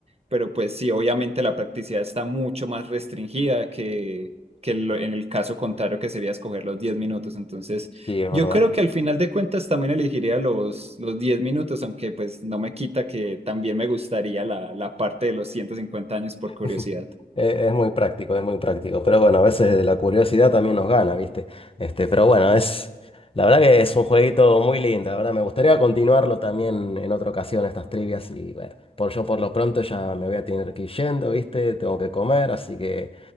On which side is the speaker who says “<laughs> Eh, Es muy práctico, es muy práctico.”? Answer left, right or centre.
Left